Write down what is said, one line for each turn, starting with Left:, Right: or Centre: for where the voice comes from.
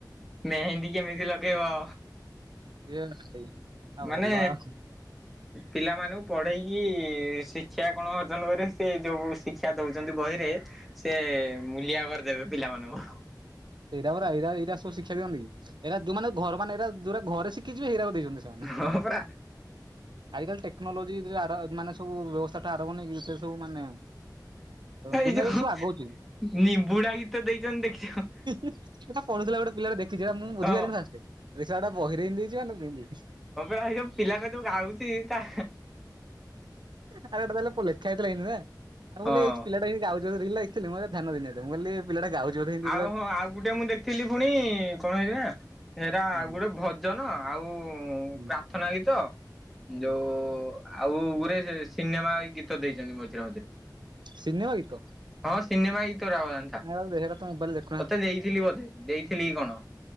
Centre: ମେହେନ୍ଦୀ କେମିତି ଲଗେଇବ?
Right: ଏ ଭାଇ ଆ
Centre: ମାନେ
Right: ଭଲ ଆଉ
Centre: ପିଲାମାନଙ୍କୁ ପଢେଇକି ଶିକ୍ଷା କଣ ଅର୍ଜନ କରିବ, ସେ ଯୋଉ ଶିକ୍ଷା ଦଉଛନ୍ତି ବହିରେ ସିଏ ମୁଲିଆ କରିଦେବେ ପିଲାମାନଙ୍କୁ।
Right: ଏରା ପୁରା ଏରା ଏଇଟା ସବୁ ଶିକ୍ଷା ଦିଅନ୍ତି କି? ଏରା ଯୋଉମାନେ ଘର ମାନେ ଏରା ଯୋରା ଘରେ ଶିଖିଯିବେ ହେରକୁ ଦେଇଛନ୍ତି ସେ। ତା ମାନେ
Centre: ହଁ ପରା
Right: ଆଜି କାଲି ଟେକ୍ନୋଲୋଜି ଆଡ ମାନେ ସବୁ ବ୍ୟବସ୍ଥାଟା ଆରମ୍ଭ ନେଇକି ସେ ସବୁ ମାନେ
Centre: ଏଇଯୋଉ
Right: ଦୁନିଆରେ ସବୁ ଆଗଉଛି।
Centre: ନିମ୍ବୁଡା ଗୀତ ଦେଇଛନ୍ତି ଦେଖିଛ?
Right: ଏଟା ପଢୁଥିଲା ଗୋଟେ ପିଲାଟେ ଦେଖିଛି, ଏଟା ମୁଁ ବୁଝିପାଇଲିନି
Centre: ହଁ।
Right: ଫାଷ୍ଟେ। ଦେଖିଲା ସେଟା ବହିରେହିଁ ଦେଇଛି ମାନେ <inaudible>
Centre: <inaudible> ପିଲାଟା ଯୋଉ ଗାଉଛି ତା
Right: ଆରେ ଏଇଟା ତାହାଲେ ଲେଖା ହେଇଥିଲା ଏନ୍ତି ନା।
Centre: ହଁ
Right: ଆ ମୁଁ କହିଲି ଏଇ ପିଲାଟା ହିଁ ଗାଉଚି ବୋଧେ ରିଲ୍ ରେ ଏଥିଲି ମୁଁ ଏରା ଧ୍ୟାନ ଦେଇନି ଏତେ। ତ ମୁଁ କଇଲି ପିଲାଟା ଗାଉଛି ବୋଧେ ହେନ୍ତି
Centre: ଆଉ ହଁ ଆଉ ଗୁଟେ ମୁଁ ଦେଖିଥିଲି ପୁଣି କଣ ହେରା ହେରା
Right: ହୁଁ
Centre: ଗୋଟେ ଭଜନ ଆଉ
Right: ହୁଁ।
Centre: ପ୍ରାର୍ଥନା ଗୀତ
Right: ହୁଁ
Centre: ଯୋଉ ଆଉ ଗୁରେ ସିନେମା ଗୀତ ଦେଇଛନ୍ତି ମଝିରେ ମଝିରେ
Right: ସିନେମା ଗୀତ
Centre: ହଁ ସିନେମା ଇତ ରା ହବା ଅନ୍ଥା।
Right: ହଁ ଦେହର ତୋ ମୋବାଇଲେଟେ
Centre: ତତେ ଦେଇଥିଲି ବୋଧେ ଦେଇଥିଲି କି କଣ।